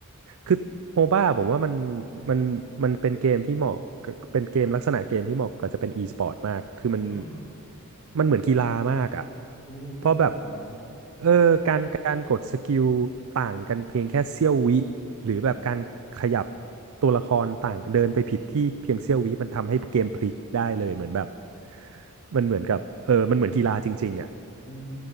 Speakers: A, on the right; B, on the left.
A: คือโมบ้าผมว่ามันมันมันเป็นเกมที่เหมาะกับเป็นเกมลักษณะเกมที่เหมาะกับจะเป็นอีสปอร์ตมากคือมัน
B: ใช่
A: มันเหมือนกีฬามากอ่ะ
B: จริงจริงๆมันเหมือนกีฬามาก
A: เพราะแบบเออการการกดสกิลต่างกันเพียงแค่เสี้ยววิหรือแบบการขยับตัวละครต่างเดินไปผิดที่เพียงเสี้ยววิมันทำให้เกมพลิกได้เลยเหมือนแบบมันเหมือนกับเออมันเหมือนกีฬาจริงๆอ่ะ
B: อืม